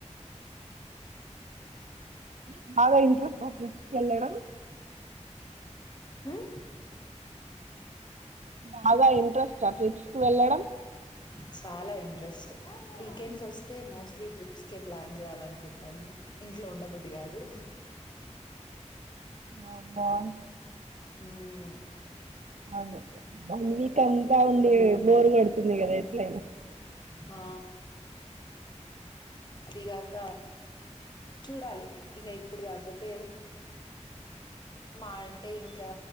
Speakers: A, on the right; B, on the left.
A: ని బాగా ఇంట్రెస్ట్ తో ట్రిప్స్ కెళ్ళడం
B: హ్మ్
A: బాగా ఇంట్రెస్ట్ తో ట్రిప్స్ కు వెళ్ళడం
B: చాలా ఇంట్రెస్ట్ వీకెండ్స్ వస్తే మోస్ట్లీ ట్రిప్స్కే ప్లాన్ చేయాల అనుకుంటాను ఇంట్లో ఉండబుద్ధి కాదు.
A: వావ్ బాగుంటది
B: హ్మ్
A: అవును వన్ వీక్ అంతా ఉండి బోరు కొడు తుంది కదా ఎట్లైనా
B: ఆ అదిగాక చూడాలి ఇగ ఇప్పుడు కాకపోతే మహా అంటే ఇంకా